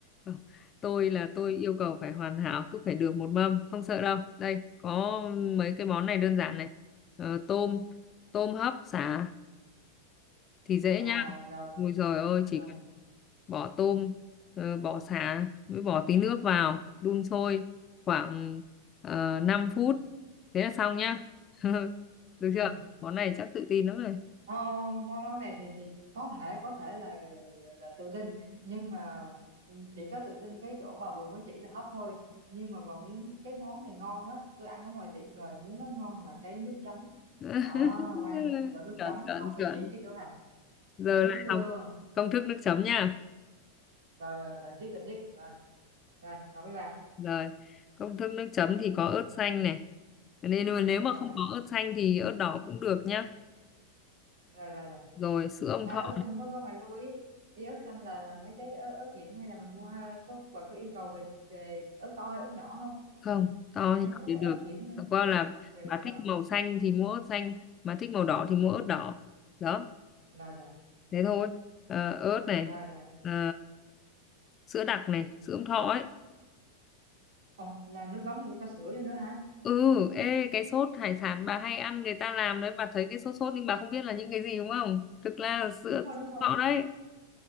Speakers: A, on the left; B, on the right.
A: không. tôi là
B: <laughs>
A: tôi yêu cầu phải hoàn hảo cứ phải được một mâm không sợ đâu đây có mấy cái món này đơn giản này Ờ, tôm tôm hấp xả thì dễ
B: à
A: nhá
B: rồi
A: ôi giời ơi chỉ
B: ừ
A: bỏ tôm ờ, bỏ sả mới bỏ tí nước vào đun sôi khoảng uh, 5 phút thế là xong nhá <laughs> được
B: ừ
A: chưa món này chắc tự tin lắm rồi
B: Ờ, món món này thì thì có thể có thể là, là tự tin nhưng mà chỉ có tự tin cái chỗ bà vừa mới chỉ là hấp thôi nhưng mà vào miếng cái món này ngon á tôi ăn ở ngoài tiệm rồi muốn nó ngon là cái nước chấm
A: <laughs>
B: đó quan trọng cái chỗ nước
A: chuẩn
B: chấm
A: chuẩn
B: bà phải
A: chuẩn
B: chỉ cái chỗ này
A: giờ
B: thấy
A: lại
B: chưa
A: học công thức nước chấm nha
B: rồi rồi rồi siết rồi siết rồi rồi đồng ý bà
A: rồi công thức nước chấm thì có ớt xanh này nên mà nếu mà
B: rồi
A: không có ớt xanh thì ớt đỏ cũng được nhá
B: rồi rồi rồi
A: rồi sữa ông
B: à,
A: thọ
B: ớt xanh có có phải lưu ý ý ớt xanh là là mấy cái ớt, ớt hiểm hay là mình mua ha có bà có yêu cầu về về ớt to hay ớt nhỏ không
A: không to
B: vì nó
A: thì nhỏ
B: có
A: đều
B: cái ớt
A: được
B: hiểm nữa
A: chẳng qua là
B: rồi
A: bà
B: được không
A: thích màu xanh thì mua ớt xanh mà thích màu đỏ thì mua ớt đỏ đó
B: rồi rồi
A: thế thôi Ờ, ớt này
B: rồi rồi
A: ờ, sữa đặc này sữa ống thọ ấy
B: ồ làm nước mắm của cho sữa vô nữa hả
A: ừ ê cái sốt hải sản bà hay ăn người ta làm đấy bà thấy cái sốt sốt nhưng bà không biết là những cái gì đúng không thực ra là sữa
B: đúng
A: ống
B: rồi đúng rồi
A: thọ đấy